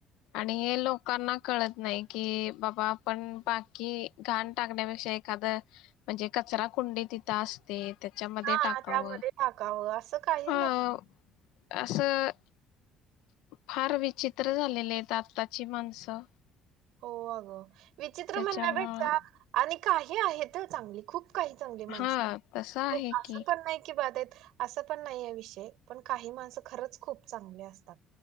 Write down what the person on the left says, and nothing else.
आणि हे लोकांना कळत नाही कि बाबा आपण बाकी घाण टाकण्यापेक्षा एखादं म्हणजे कचरा कुंडी तिथं असते त्याच्यामध्ये
टाकावं
हा
असं फार विचित्र झालेले आहेत आत्ताची माणसं
त्याच्यामुळं
हा तसं आहे
की